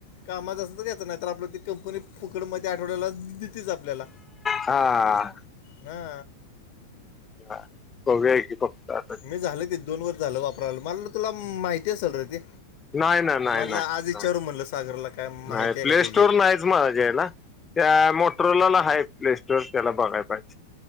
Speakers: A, on the left; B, on the left.
A: कामाच असं तर यायचं नाही तर आपलं ती कंपनी फुकट मदे आठवड्याला देतेच आपल्याला.
B: हा.
A: हा.
B: हा बघुया की. आता
A: मी झालं ते दोन वर्ष झालं वापराला मला तुला माहिती असेल रे ते.
B: नाही ना नाही.
A: म्हणलं
B: नाही
A: आज विचारू म्हणलं सागरला. काय माहिती
B: नाही
A: आहे
B: प्ले
A: का त्याची
B: स्टोर नाही माझ्या हेला त्या मोट्रोला ल हाय प्ले स्टोअर त्याला बघाय पाहिजे.